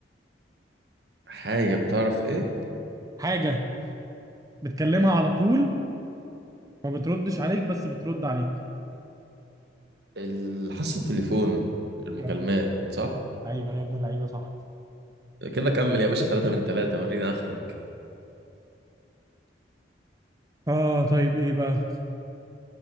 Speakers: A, on the right (about 60°); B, on the right (about 20°).
A: حاجة بتعرف ايه
B: حاجه بتكلمها على طول ما بتردش عليك بس بترد عليك
A: ال- حاسة التليفون المكالمات
B: يا ابن
A: صح
B: اللعيبه يا ابن اللعيبه صح
A: كده كمل يا باشا ثلاثة من ثلاثة وريني اخرك
B: اه طيب ايه بقى